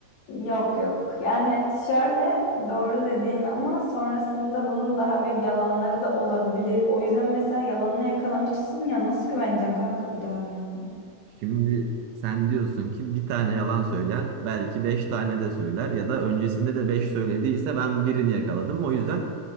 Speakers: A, on the left (about 75°); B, on the right (about 75°).
A: Yok yok. Yani şöyle doğru dediğin ama sonrasında bunun daha büyük yalanları da olabilir. O yüzden mesela yalanını yakalamışsın ya nasıl güveneceksin kanka bir daha yani.
B: Şimdi sen diyorsun ki bir tane yalan söyleyen belki beş tane de söyler ya da öncesinde de beş söylediyse ben birini yakaladım. O yüzden